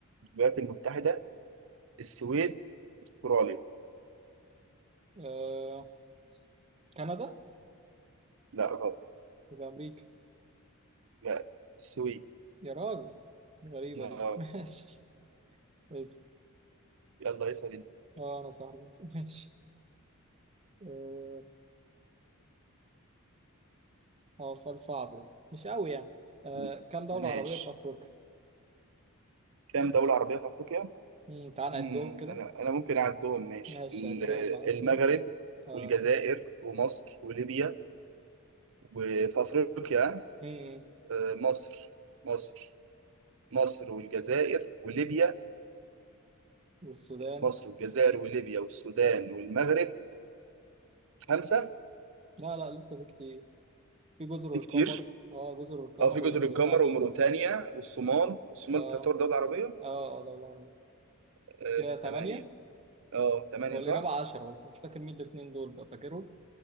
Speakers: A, on the right; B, on the right.
A: الولايات المتحدة السويد أستراليا
B: آه كندا
A: لا غلط
B: يبقى أمريكا
A: لا السويد
B: يا راجل غريبة
A: آه.
B: دي <laughs> ماشي بس
A: يلا اسأل انت
B: آه أنا صح بس ماشي آه آه، سؤال صعب ده مش قوي يعني آه
A: مم.
B: كم دولة
A: ماشي
B: عربية في أفريقيا؟
A: كام دولة عربية في أفريقيا؟
B: مم، تعال
A: مم.
B: نعدهم كده
A: أنا أنا ممكن أعدهم ماشي
B: ماشي
A: ال-
B: عدهم معايا
A: المغرب
B: كده آه.
A: والجزائر ومصر وليبيا وفي أفريقيا
B: م- م.
A: آه، مصر مصر مصر والجزائر وليبيا
B: والسودان
A: ومصر والجزائر وليبيا والسودان والمغرب خمسة
B: لا لا لسه في كتير في جزر
A: في كتير
B: القمر اه جزر القمر
A: اه في جزر
B: وموريتانيا
A: القمر وموريتانيا والصومال الصومال
B: اه
A: تعتبر دولة عربية
B: اه اه دولة عربية.
A: آه
B: كده
A: دي
B: تمانية
A: ثمانية اه ثمانية
B: هو اللي
A: صح؟
B: جاب عشرة بس مش فاكر مين الاتنين دول بقى فاكرهم